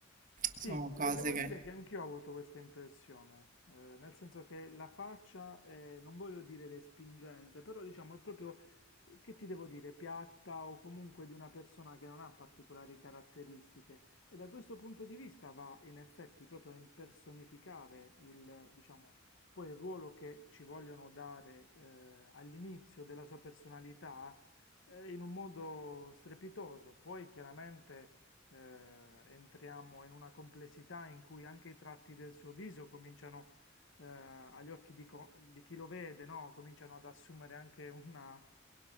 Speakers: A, on the left (about 70°); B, on the right (about 40°).
A: Sì,
B: sono cose
A: e devo
B: che...
A: dire che anch'io ho avuto questa impressione, eh, nel senso che la faccia, è, non voglio dire respingente, però diciamo è proprio, eh, che ti devo dire, piatta o comunque di una persona che non ha particolari caratteristiche. E da questo punto di vista va in effetti proprio a impersonificare il, diciamo, poi il ruolo che ci vogliono dare, eh, all'inizio della sua personalità, eh, in un modo strepitoso. Poi chiaramente eh, entriamo in una complessità in cui anche i tratti del suo viso cominciano, eh, agli occhi di, co- di chi lo vede, no? Cominciano ad assumere anche una,